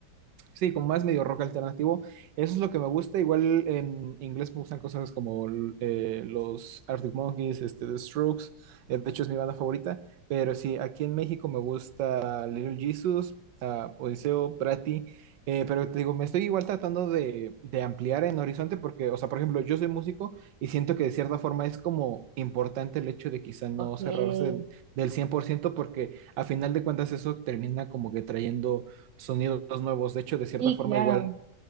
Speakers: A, on the right; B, on the right.
A: Sí, como más medio rock alternativo. Eso es lo que me gusta. Igual en inglés me gustan cosas como eh, los Arctic Monkeys, este, The Strokes. eh, de hecho, es mi banda favorita. Pero sí, aquí en México me gusta Little Jesus, ah, Odiseo, Prati. eh, pero te digo, me estoy igual tratando de, de ampliar en horizonte porque, o sea, por ejemplo, yo soy músico y siento que de cierta forma es como importante el hecho de quizá no
B: ok.
A: cerrarse del 100% porque a final de cuentas eso termina como que trayendo sonidos nuevos. De hecho, de cierta
B: Sí,
A: forma,
B: claro.
A: igual